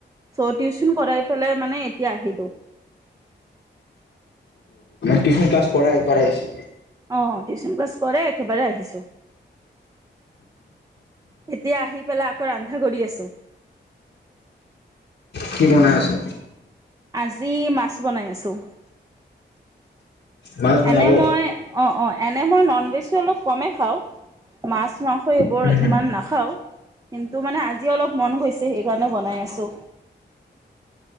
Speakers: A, on the right (about 20°); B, on the left (about 65°).
A: চ' টিউচন কৰাই পেলাই মানে এতিয়া আহিলো।
B: টিউচন ক্লাছ কৰা একবাৰ আহিছে
A: অঁ টিউশচন ক্লাছ কৰে একেবাৰে আহিছো। এতিয়া আহি পেলাই আকৌ ৰন্ধা কৰি আছো।
B: কি বনাই আছে!
A: আজি মাছ বনাই আছোঁ।
B: মাছ বনাব
A: এনে মই অ অ এনে মই ননভেজটো অলপ কমেই খাওঁ, মাছ, মাংস সেইবোৰ
B: উম হম
A: ইমান নাখাওঁ। কিন্তু মানে আজি অলপ মন গৈছে সেইকাৰণে বনাই আছো।